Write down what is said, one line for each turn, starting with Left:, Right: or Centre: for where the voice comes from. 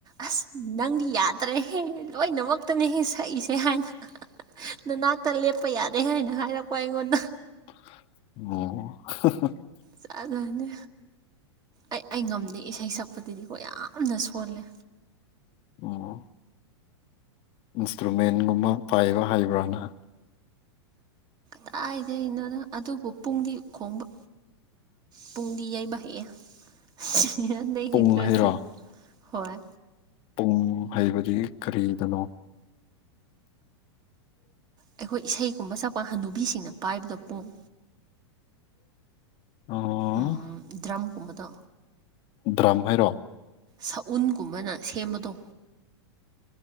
Right: ꯑꯁ ꯅꯪꯗꯤ ꯌꯥꯗ꯭ꯔꯦꯍꯦ ꯂꯣꯏꯅꯃꯛꯇꯅꯦꯍꯦ ꯁꯛꯏꯁꯦ ꯑꯦ ꯍꯥꯏꯅ ꯅꯅꯥꯛꯇ ꯂꯦꯞꯄ ꯌꯥꯔꯦ ꯍꯥꯏꯅ ꯍꯥꯏꯔꯛꯄ ꯑꯩꯉꯣꯟꯗ
Left: ꯑꯣ
Right: ꯖꯥꯠ ꯖꯥꯠꯅꯤ ꯑꯩ ꯑꯩ ꯉꯝꯗꯦ ꯏꯁꯩ ꯁꯛꯄꯗꯗꯤꯀꯣ ꯌꯥꯝꯅ ꯁꯣꯜꯂꯦ
Left: ꯑꯣ ꯑꯣ ꯏꯟꯁꯇ꯭ꯔꯨꯃꯦꯟꯒꯨꯝꯕ ꯄꯥꯏꯕ ꯍꯩꯕ꯭ꯔꯣ ꯅꯪ
Right: ꯀꯗꯥꯏꯗꯒꯤꯅꯣꯗ ꯑꯗꯨꯕꯨ ꯄꯨꯡꯗꯤ ꯈꯣꯡꯕ ꯄꯨꯡꯗꯤ ꯌꯩꯕ ꯍꯩꯌꯦ ꯏꯁ
Left: ꯄꯨꯡ
Right: ꯍꯦꯇꯔꯁ
Left: ꯍꯩꯔꯣ
Right: ꯍꯣꯏ
Left: ꯄꯨꯡ ꯍꯩꯕꯗꯤ ꯀꯔꯤꯗꯅꯣ
Right: ꯑꯩꯈꯣꯏ ꯏꯁꯩꯒꯨꯝꯕ ꯁꯛꯄ ꯍꯅꯨꯕꯤꯁꯤꯡꯅ ꯄꯥꯏꯕꯗꯣ ꯄꯨꯡ
Left: ꯑꯣ
Right: ꯎꯝ ꯗ꯭ꯔꯝꯒꯨꯝꯕꯗꯣ
Left: ꯗ꯭ꯔꯝ ꯍꯥꯏꯔꯣ
Right: ꯁꯎꯟꯒꯨꯝꯕꯅ ꯁꯦꯝꯕꯗꯣ